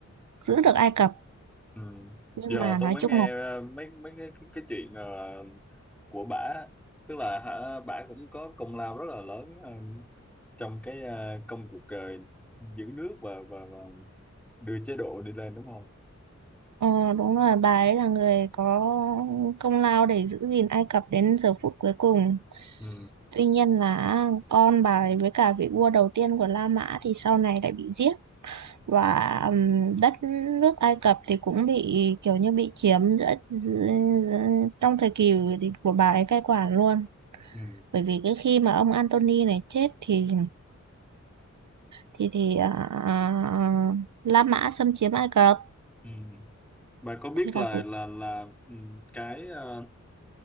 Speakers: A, on the right; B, in the centre.
A: giữ được Ai Cập
B: ừ
A: nhưng
B: giờ
A: mà
B: tôi
A: nói
B: mới
A: chung
B: nghe
A: là
B: ờ, mấy mấy cái cái, cái chuyện ờ, của bả tức là hả, bả cũng có công lao rất là lớn ờ, trong cái ờ, công cuộc ờ, giữ nước và, và và đưa chế độ đi lên đúng không
A: ờ, đúng rồi bà ấy là người có công lao để giữ gìn Ai Cập đến giờ phút cuối cùng
B: ừ
A: tuy nhiên là con bà ấy với cả vị vua đầu tiên của La Mã thì sau này lại bị giết và ừm, đất nước Ai Cập thì cũng bị kiểu như bị chiếm giữa, giữa, giữa trong thời kỳ của bà ấy cai quản luôn
B: ừ
A: bởi vì cái khi mà ông Antony này chết thì thì thì à, à, La Mã xâm chiếm Ai Cập
B: ừ ừ. Bạn có biết
A: thì
B: là
A: là cuộc
B: là là ừm, cái ờ,